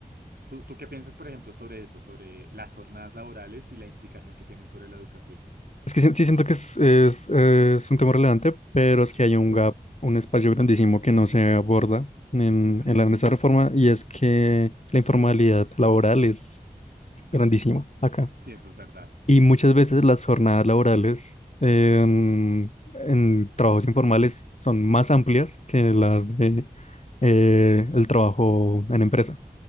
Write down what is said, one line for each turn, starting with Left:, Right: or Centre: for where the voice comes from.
Right: ¿Tú, tú qué piensas, por ejemplo, sobre eso, sobre las jornadas laborales y la implicación que tienen sobre la educación?
Left: Es que sí, sí siento que es, es, es un tema relevante, pero es que hay
Right: Ujú.
Left: un gap, un espacio grandísimo que no se aborda en,
Right: Ok.
Left: en la, en esa reforma y es que la informalidad laboral es grandísima acá.
Right: Sí, eso es verdad.
Left: Y muchas veces las jornadas laborales en, en trabajos informales son más amplias que las de eh, el trabajo en empresa.